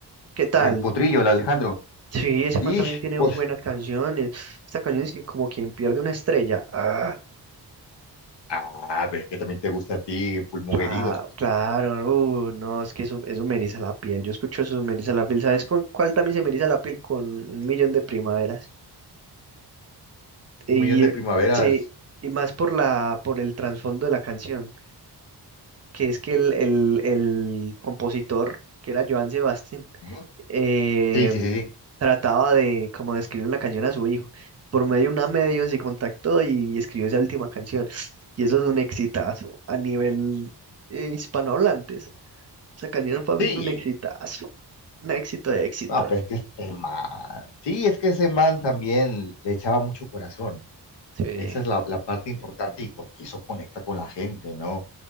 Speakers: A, on the right; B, on the left.
A: ¿qué tal?
B: el potrillo, el Alejandro.
A: Sí, ese
B: Y
A: man también tiene
B: pues
A: buenas canciones. Estas canciones que como quien pierde una estrella. Ah,
B: Ah, pero es que también te gusta a ti Pulmón
A: cla-
B: Herido.
A: claro, uh, no, es que eso, eso me eriza la piel. Yo escucho eso, me eriza la piel. ¿Sabes con cuál también se me eriza la piel? Con un millón de primaveras. Y
B: Un millón de primaveras.
A: sí, y más por la, por el trasfondo de la canción, que es que el, el, el compositor, que era Joan Sebastián,
B: Ujú.
A: eh,
B: Sí, sí, sí, sí.
A: trataba de como de escribir una canción a su hijo. Por medio de una medio se contactó y escribió esa última canción. Y eso es un exitazo a nivel eh, hispanohablantes. Esa canción para mí
B: Sí.
A: es un exitazo. Un éxito de éxitos
B: No, pero es que este man. Sí, es que ese man también le echaba mucho corazón.
A: Sí.
B: Esa es la, la parte importante y porque eso conecta con la gente, ¿no?